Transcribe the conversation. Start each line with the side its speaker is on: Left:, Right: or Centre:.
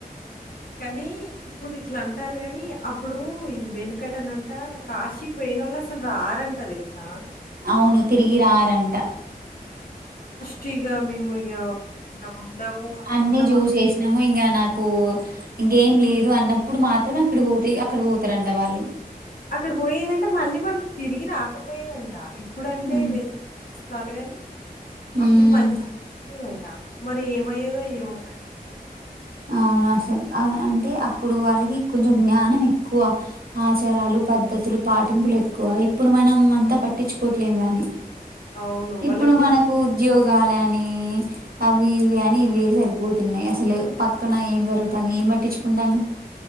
Left: కానీ ఇప్పుడు ఇట్లా అంటాల గాని అప్పుడు ఈ వెనకటనంట కాశీకి పోయినోళ్ళసలు రారంట తెలుసా
Right: అవును తిరిగి రారంట
Left: టిగ మేము ఇగ ఉండము అనుకున్న
Right: అన్ని చూచేసినాము
Left: వాళ్ళు
Right: ఇంగ నాకు ఇంకేం లేదు అన్నప్పుడు మాత్రమే అక్కడ పోతే అక్కడ పోతారంట వాళ్ళు
Left: అక్కడ పోయేదంటే మళ్ళీ వాళ్ళు తిరిగి రాకపోయేదంట ఇ ఇప్పుడంటే
Right: హ్మ్.
Left: వెళ్ <unintelligible> చాలుగాని
Right: హ్మ్.
Left: అప్పుడు మళ్ళీ <unintelligible> దంటా మరి ఏమయ్యేదో ఏమో మరి
Right: అవునసలు అంటే అప్పుడు వాళ్ళకి కొంచెం జ్ఞానం ఎక్కువ ఆచారాలు పద్ధతులు పాటింపులు ఎక్కువ ఇప్పుడు మనం అంతా పట్టిచ్చుకోట్లేము గానీ
Left: అవును.
Right: ఇప్పుడు
Left: వాళ్ళకు
Right: మనకు ఉద్యోగ గాలీ అని అవి ఇవి అని ఇవే సరిపోతున్నాయి అసలు పక్కన ఏం జరుగుతాంది ఏం పట్టిచ్చు ఉంటాను